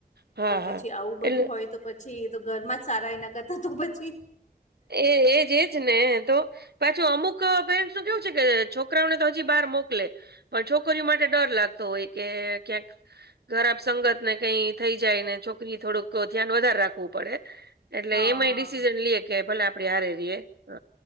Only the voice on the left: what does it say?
તો પછી
આવું બધું
હોય તો પછી તો ઘરમાં જ સારા એ ના કરતા તો પછી.
હા
હા